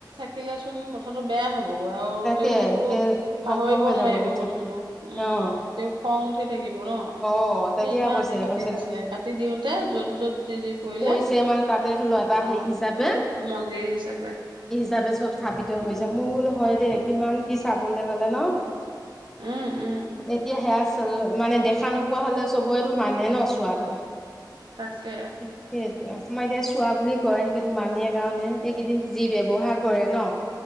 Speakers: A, on the right; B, in the centre.
A: কিলেচোন কথাটো বেয়া হ'বগৈ আও
B: তাকে
A: তেওঁতো
B: গোটেই ধ্বংস
A: পাহইব
B: হৈ
A: নোৱাইব
B: যাব পৃথিৱী
A: বস্তুটো, উ
B: অ
A: তেওঁ খং উঠি থাকিব ন।
B: অ তেতিয়া
A: সেইকাৰণে
B: কৈছে,
A: কাটি
B: কৈছে
A: দিছিলে কাটি দিওঁতে য'ত য'ত যি যি পৰিলে
B: পইছে মা তাতে ধইল' এটা
A: অ
B: হেৰি চাপে।
A: মন্দিৰ হিচাপে।
B: তাপে চব স্থাপিত হৈছে।
A: উম
B: মই বোলো হয় দে
A: উম
B: কিমান কি চাবলে গ'লে ন।
A: উম উম
B: এতিয়া হেয়াচ মানে দেখা নোপোৱা হ'লে চবইটো মানে ন চোৱাটো।
A: তাকে
B: সে, সেটোৱে অহ। আমাৰ এতিয়া চোৱা বুলি কয়, সেইটো মানেই কাৰণে এইকেইদিন যি ব্যৱহাৰ কৰে ন